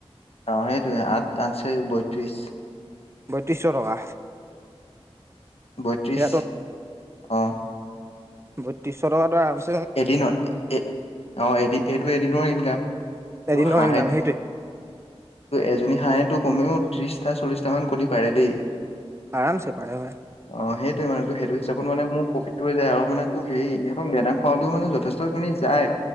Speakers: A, on the left (about 70°); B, on the right (about 25°).
A: অ, সেইটোয়ে আঠ আঠ ছয়ি বত্ৰিশ।
B: বত্ৰিসশ টকা।
A: বত্ৰিছ
B: সেয়া
A: অ'।
B: বত্ৰিশ টকাটো
A: এদিনত, এ অ' এদিন এইটো এদিনৰ ইনকাম। ত
B: এদিনৰ
A: হাঁহে
B: ইনকাম
A: তো
B: সেইটোৱে।
A: এজনী হাঁহেটো কমেও ত্ৰিশটা চল্লিশটা মান কণী পাৰে দেই।
B: আৰামছে পায় হয় হয়।
A: অ, সেইটোৱে মানে তোৰ সেইটো হিচাপত মানে মোৰ প্ৰফিটটো হৈ যায় আৰু মানে তোৰ হেৰি একদম বে ফলটো মানে যথেষ্টখিনি যায়।।